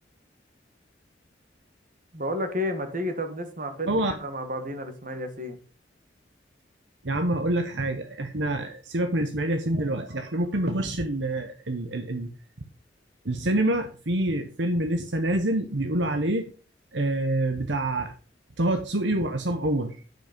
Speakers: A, on the right; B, on the right.
A: بقول لك ايه ما تيجي طب نسمع فيلم
B: هو
A: كده مع بعضينا لإسماعيل ياسين
B: يا عم هقول لك حاجة احنا سيبك من اسماعيل ياسين دلوقتي احنا ممكن نخش ال ال ال ال السينما في فيلم لسه نازل بيقولوا عليه آه بتاع طه دسوقي وعصام عمر